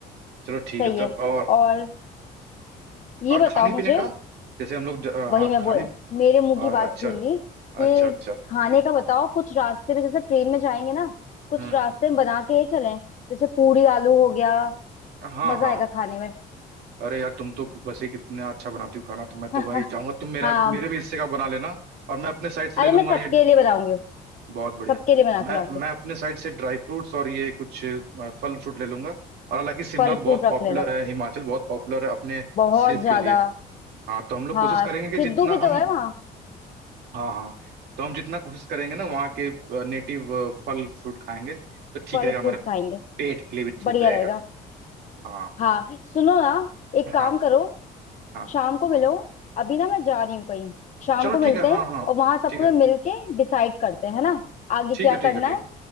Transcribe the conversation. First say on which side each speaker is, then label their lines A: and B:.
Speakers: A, on the right; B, on the left.
A: चलो ठीक
B: सही
A: है तब
B: है
A: और
B: और ये
A: और
B: बताओ
A: खाने
B: मुझे
A: पीने का जैसे हम लोग ज- अ,
B: वही
A: हाँ
B: मैं
A: खाने
B: बोल मेरे मुंह
A: अ,
B: की बात
A: अच्छा
B: छीन ली
A: अच्छा
B: कि
A: अच्छा
B: खाने का बताओ कुछ रास्ते में जैसे ट्रेन में जाएंगे ना कुछ
A: हम्म
B: रास्ते
A: हम्म,
B: में बना के ही चलें जैसे पूरी आलू हो गया
A: हाँ
B: मजा
A: हाँ
B: आएगा खाने में
A: अरे यार तुम तो वैसे ही कितना अच्छा बनाती हो खाना तो मैं
B: <laughs>
A: तो भाई चाहूंगा तुम मेरा
B: हाँ
A: मेरे भी हिस्से का बना लेना और मैं अपने साइड से
B: अरे
A: ले लूंगा
B: मैं सबके
A: ये
B: लिए बनाऊंगी
A: बहुत बढ़िया
B: सबके लिए बना
A: मैं
B: के लाऊंगी
A: मैं अपने साइड से ड्राई फ्रूट्स और ये कुछ अ, फल फ्रूट ले लूंगा और हालांकि शिमला
B: फल
A: तो बहुत
B: फ्रूट रख
A: पॉपुलर
B: लेना
A: है हिमाचल बहुत पॉपुलर है अपने
B: बहुत
A: सेब
B: ज्यादा
A: के लिए हाँ तो हम लोग
B: हाँ
A: कोशिश करेंगे कि
B: सिद्धू
A: जितना
B: भी
A: हम
B: तो है वहाँ
A: हाँ हाँ तो हम जितना कोशिश करेंगे ना वहाँ के नेटिव फल फ्रूट खाएंगे तो ठीक
B: फल
A: रहेगा
B: फ्रूट
A: हमारे
B: खाएंगे
A: पेट के लिए भी ठीक
B: बढ़िया
A: रहेगा
B: रहेगा
A: हाँ
B: हाँ सुनो ना एक
A: हाँ
B: काम करो
A: हाँ
B: शाम को मिलो अभी ना मैं जा रही हूँ कहीं शाम
A: चलो
B: को मिलते
A: ठीक है
B: हैं
A: हाँ हाँ
B: और वहां सब
A: ठीक
B: पूरे
A: है
B: मिल के डिसाइड करते हैं है ना आगे
A: ठीक
B: क्या
A: है ठीक
B: करना
A: है ठीक
B: है